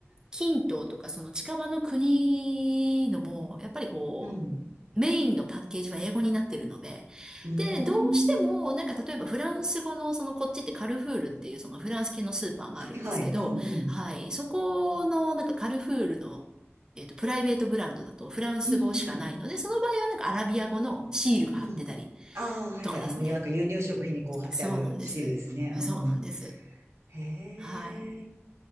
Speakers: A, on the right (about 15°); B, on the right (about 85°).
A: 近東とか、その近場の国のも、やっぱりこ
B: うん。
A: う、メインのパッケージは英語になってるので、
B: うーん。
A: で、どうしても、なんか例えばフランス語の、そのこっちってカルフールっていうそのフランス系のスーパーもあるんですけど、
B: はいはい、うん、うん。
A: はい、そこのなんかカルフールの、えっと、プライベートブランドだとフランス語しかないので、
B: うん、
A: その場合はなんかアラビア語のシールが貼ってたり
B: うん。ああ、はいはい。
A: とかですね。
B: あの、なんか輸入食品にこう貼ってあるシールですね。
A: そうなんです。
B: うん。
A: そうなんです。
B: へえ、
A: はい。